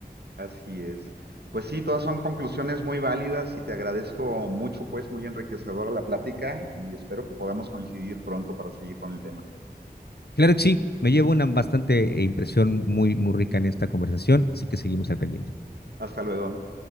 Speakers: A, on the right; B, on the left.
A: Así es. Pues sí, todas son conclusiones muy válidas y te agradezco mucho, pues muy enriquecedora la plática y espero que podamos coincidir pronto para seguir con el tema.
B: Claro que sí, me llevo una bastante eh, impresión muy, muy rica en esta conversación, así que seguimos al pendiente.
A: Hasta luego.